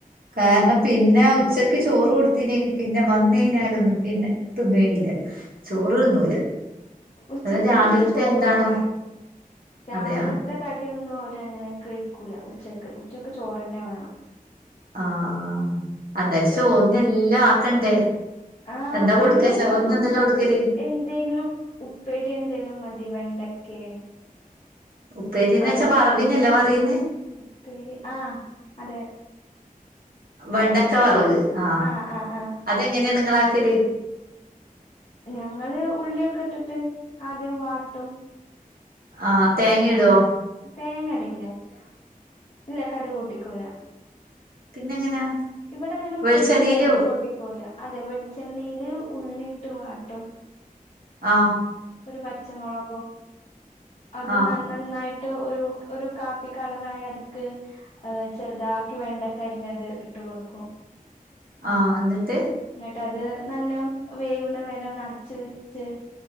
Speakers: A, on the right; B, on the left.
A: കാരണം പിന്നെ ഉച്ചക്ക് ചോറ് കൊടുത്തിനെങ്ക പിന്നെ വന്ന് കഴഞ്ഞാലൊന്നും പിന്നെ തിന്നലില്ല ചോറ്
B: ആഹ്
A: തിന്നൂല
B: ഉച്ചക്ക്
A: അതായത് രാവിലത്തെ
B: അവർക്ക് ചോറ്
A: എന്താണോ
B: വേണം രാവിലത്തെ
A: അതെയാ
B: കടിയൊന്നും അവര് അങ്ങനെ കഴിക്കൂല ഉച്ചക്ക് ഉച്ചക്ക് ചോറ്തന്നെ വേണം
A: ആ ആ അന്നേരം ചോറ്ന് എല്ലാം ആക്കണ്ടേ
B: ആ
A: എന്താ
B: അങ്ങനെയൊന്നുംല്ല
A: കൊടുക്ക ചോറിന് എന്തെല്ലാം കൊടുക്കല്
B: എന്തെങ്കിലും ഉ പ്പേരി എന്തേലും മതി വെണ്ടക്കെ
A: ഉപ്പേരിന്ന്
B: അതെ
A: വച്ചാ വറവിനല്ലേ
B: ഉം
A: പറയ്ന്ന്
B: ഉപ്പേരി ആഹ് അതെ
A: വെണ്ടക്ക വറവ് ആ
B: ആഹ് ആഹ് ആഹ്
A: അതെങ്ങനെയാ നിങ്ങള് ആക്കല്
B: ഞങ്ങള് ഉള്ളിയൊക്കെ ഇട്ടിട്ട് ആദ്യം വാട്ടും
A: ആ തേങ്ങഇടുവോ
B: തേങ്ങ ഇടില്ല ഇല്ല കട്ക് പൊട്ടിക്കൂല
A: പിന്നെങ്ങനാ
B: ഇവിടെ അങ്ങനെ ഉപ്പേരിക്ക്
A: വെളിച്ചെണ്ണയില്
B: കട്ക് പൊട്ടിക്കൂല അതെ വെളിച്ചെണ്ണയില് ഉള്ളിയിട്ട് വാട്ടും
A: ആ
B: ഒരു പച്ചമുളകും അത്
A: ആഹ്
B: നല്ല നന്നായിട്ട് ട്ട് ഒരു ഒരു കാപ്പി കളറായി അത്ക്ക് ചെറുതാക്കി വെണ്ടക്കരിഞത് ഇട്ടു കൊടുക്കും
A: ആ എന്നിട്ട്
B: എന്നിട്ട് അത് നല്ല വേവണ് വരെ നിറച്ച് വെച്ച്